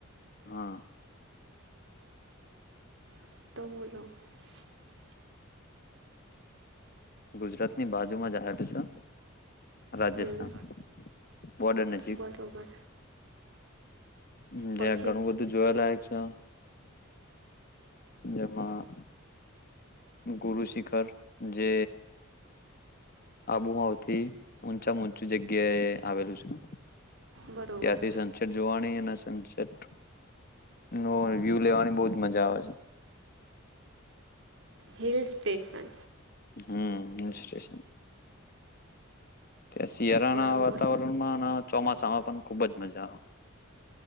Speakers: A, on the left; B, on the right.
A: હા.
B: <unintelligible>
A: ગુજરાતની બાજુમાં જ આવેલ છે. રાજસ્થાન
B: હમ
A: બોર્ડર નજીક
B: બરોબર
A: હમ્મ
B: પછી
A: જ્યાં ઘણું બધું જોયાલાયક છે. જેમાં ગુરુ શિખર જે આબુમાંવથી ઊંચા ઊંચું જગ્યાએ આવેલું છું.
B: બરોબર
A: ત્યાંથી સનસેટ જોવાની અને સનસેટ ન વ્યૂ લેવાની બહજ મજા આવે છે.
B: Hill station.
A: હમ હિલ સ્ટેશન. ત્યા શિયાળાના
B: બરોબર
A: વાતાવરણમાં અને ચોમાસામાં પણ ખુબ જ મજા આવે.